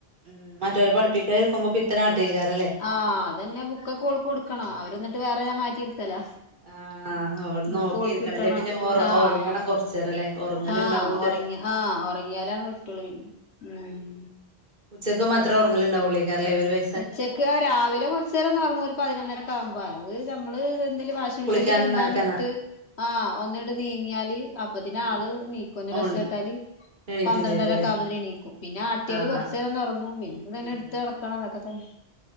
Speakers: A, on the right; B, on the left.
A: ഉം മറ്റവരെ പഠിപ്പിക്കാ ഇരിക്കുമ്പോ പ്പ ഇത്തനാട്ടീക്കാരല്ലേ
B: ആഹ് അതന്നെ ബുക്കൊക്കെ ഓൾക് കൊടുക്കണം അവരെ എന്നിട്ട് വേറെ ഞാൻ മാറ്റിയിരുത്തല
A: ആഹ് അവിടെ
B: ബുക്ക്
A: നോക്കിയിരിക്കണം
B: ഓൾക്ക് കിട്ടണം
A: അല്ലേ പിന്നെ ഒറ
B: ആഹ്
A: ഒറങ്ങണം
B: അതെ
A: കൊറച്ചേരല്ലേ ഒറങ്ങലുണ്ടാവൂലല്ലോ
B: ആഹ് ഉറങ്ങിയ ആഹ് ഉറങ്ങിയാലാണ് പറ്റുള്ളൂ ഉം
A: ഉച്ചക്ക് മാത്രം ഉറങ്ങില് ഉണ്ടാവൂള്ളേക്കാല്ലേ ഒരു വെ
B: ഉച്ചക്ക് രാവിലെ കൊറചേരം ഒന്ന് ഒറങ്ങും ഒരു പതിനൊന്നരൊക്കൊവുമ്പോ അത് നമ്മള് എന്തേലു വാഷ് മിഷ്യല്
A: കുളിക്കാനും
B: തിരുമ്പാനിട്ട്
A: നനക്കാനാ
B: ആഹ് ഒന്നിട്ട് നീങ്ങിയാല് അപ്പത്തിന്
A: ഉം
B: ആള് നീക്കും എന്തേലും
A: ഒന്ന്
B: ഒച്ച കേട്ടാല്
A: എണീറ്റും
B: പന്ത്രണ്ടര
A: ചെയ്തുല്ലേ
B: ഒക്കൊകുമ്പത്തിന് എണീക്കും പിന്നെ ആട്ടിയാല്
A: ആഹ്
B: കൊറചേരം ഒന്ന് ഒറങ്ങും പിന്നെ തന്നെ
A: ഉം
B: എട്ത്ത് ടക്കണം അതൊക്കെ തന്നെ.